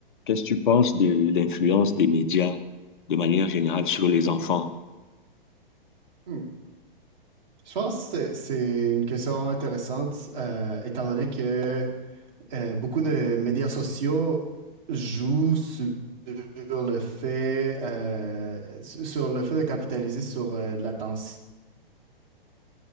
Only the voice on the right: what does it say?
Hmm. Je pense que c'est c'est une question intéressante, euh, étant donné que euh, beaucoup de médias sociaux jouent sur le fait, euh, su- sur le fait de capitaliser sur euh, l'attention.